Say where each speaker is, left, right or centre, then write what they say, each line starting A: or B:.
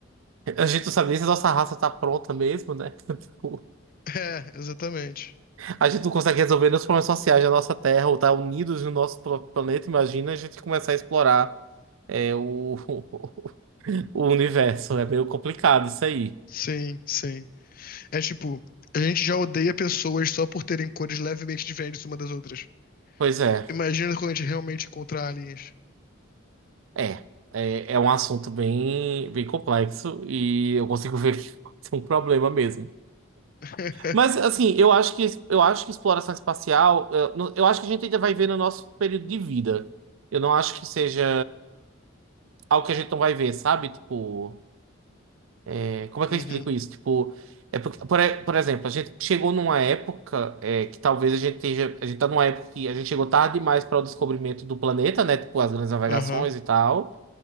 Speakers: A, on the right; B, on the left.
A: A gente não sabe nem se a nossa raça tá pronta mesmo, né? <laughs> Tipo,
B: É, exatamente.
A: A gente não consegue resolver nos problemas sociais da nossa Terra ou tá unidos no nosso pla- planeta. Imagina a gente começar a explorar é, o, <laughs> O universo é meio complicado isso aí.
B: Sim, sim. É tipo, a gente já odeia pessoas só por terem cores levemente diferentes uma das outras.
A: Pois é,
B: Imagina quando a gente realmente encontrar aliens.
A: é. É, é um assunto bem, bem complexo e eu consigo ver que <laughs> pode ser um problema mesmo.
B: <laughs>
A: Mas assim, eu acho que eu acho que exploração espacial, eu, não- eu acho que a gente ainda vai ver no nosso período de vida. Eu não acho que seja algo que a gente não vai ver, sabe? Tipo, É, Como é
B: Uhum,
A: que eu explico isso? Tipo, é porque, por, e- por exemplo, a gente chegou numa época é, que talvez a gente esteja, a gente tá numa época que a gente chegou tarde demais para o descobrimento do planeta, né? Tipo, as grandes navegações
B: aham,
A: e tal.